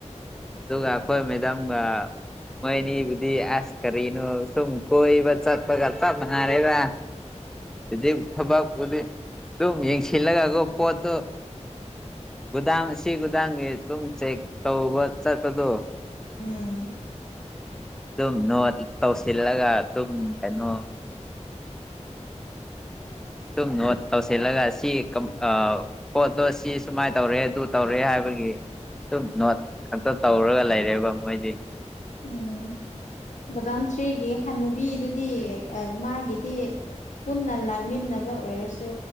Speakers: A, in the centre; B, on the left.
A: ꯗꯨꯒ ꯑꯈꯣꯏ ꯃꯦꯗꯥꯝꯒ ꯃꯣꯏ ꯑꯅꯤꯕꯨꯗꯤ ꯑꯥꯁ ꯀꯔꯤꯅꯣ ꯁꯨꯝ ꯀꯣꯏꯕ ꯆꯠꯄꯒ ꯆꯞ ꯃꯟꯅꯔꯦꯗ ꯍꯨꯖꯤꯛ ꯊꯕꯛ ꯎꯗꯤ ꯑꯗꯨꯝ ꯌꯦꯡꯁꯤꯜꯂꯒꯀꯣ ꯄꯣꯠꯇꯣ ꯒꯨꯗꯥꯡ ꯑꯁꯤ ꯒꯨꯗꯥꯡꯒꯤ ꯗꯨꯝ ꯆꯦꯛ ꯇꯧꯕ ꯆꯠꯄꯗꯣ
B: ꯎꯝ
A: ꯑꯗꯨꯝ ꯅꯣꯠ ꯇꯧꯁꯤꯜꯂꯒ ꯑꯗꯨꯝ ꯀꯩꯅꯣ
B: <inaudible>
A: ꯁꯨꯝ ꯅꯣꯠ ꯇꯧꯁꯤꯜꯂꯒ ꯁꯤ ꯀꯝ ꯑꯥ ꯄꯣꯠꯇꯣ ꯁꯤ ꯁꯨꯃꯥꯏꯅ ꯇꯧꯔꯦ ꯑꯗꯨ ꯇꯧꯔꯦ ꯍꯥꯏꯕꯒꯤ ꯁꯨꯝ ꯅꯣꯠ ꯈꯛꯇ ꯇꯧꯔꯒ ꯂꯩꯔꯦꯕ ꯃꯣꯏꯗꯤ
B: ꯎꯝ ꯒꯣꯗꯥꯎꯟ ꯊ꯭ꯔꯤꯒꯤ ꯍꯅꯨꯕꯤꯗꯨꯗꯤ ꯑ ꯃꯥꯒꯤꯗꯤ ꯄꯨꯟꯅ ꯂꯥꯛꯃꯤꯟꯅꯕ ꯑꯣꯏꯔꯁꯨ